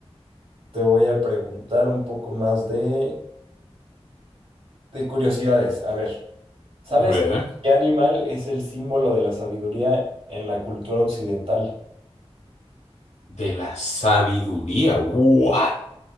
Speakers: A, on the right; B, on the left.
A: Te voy a preguntar un poco más de, de curiosidades. A ver, ¿sabes
B: A ver.
A: qué animal es el símbolo de la sabiduría en la cultura occidental?
B: De la sabiduría. ¿What?